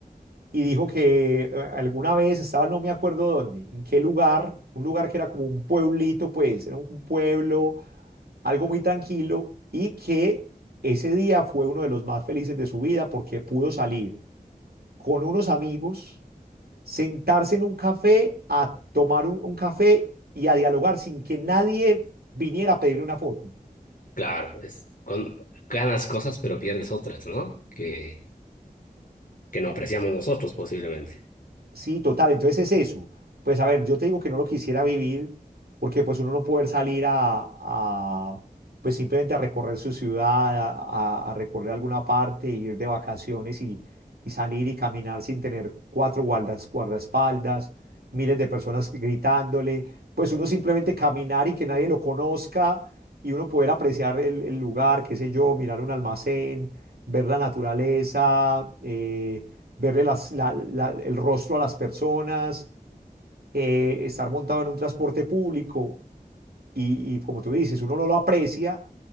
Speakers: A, on the right; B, on the left.
A: y dijo que eh, alguna vez estaba, no me acuerdo dónde, en qué lugar, un lugar que era como un pueblito, pues, era un pueblo, algo muy tranquilo, y que ese día fue uno de los más felices de su vida porque pudo salir con unos amigos, sentarse en un café, a tomar un, un café y a dialogar sin que nadie viniera a pedirle una foto.
B: Claro, es, con, ganas cosas pero pierdes otras, ¿no? Que, que no apreciamos nosotros posiblemente.
A: Sí, total, entonces es eso. Pues a ver, yo te digo que no lo quisiera vivir porque pues uno no poder salir a, a, pues simplemente a recorrer su ciudad, a, a- a recorrer alguna parte, ir de vacaciones y, y salir y caminar sin tener cuatro guardas, guardaespaldas, miles de personas gritándole, pues uno simplemente caminar y que nadie lo conozca y uno poder apreciar el, el lugar, qué sé yo, mirar un almacén, ver la naturaleza. eh, verle las- la- la- el rostro a las personas, eh, estar montado en un transporte público y, y como tú dices, uno no lo aprecia,